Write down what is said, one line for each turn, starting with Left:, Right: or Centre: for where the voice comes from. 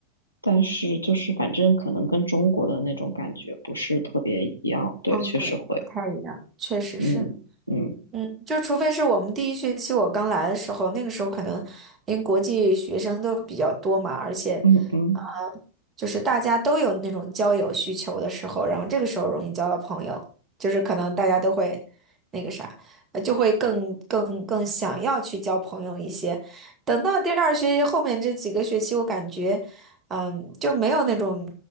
Left: 但是就是反正可能跟中国的那种感觉不是特别一样，对，
Right: 嗯，
Left: 确实会。
Right: 对，不太一样，确实是。
Left: 嗯嗯
Right: 嗯，就除非是我们第一学期我刚来的时候，那个时候可能因为国际学生都比较多嘛，而且，
Left: 嗯嗯，
Right: 呃，就是大家都有那种交友需求的时候，然后这个时候容易交到朋友，就是可能大家都会那个啥，呃，就会更更更想要去交朋友一些。等到第二学期后面这几个学期，我感觉，嗯，就没有那种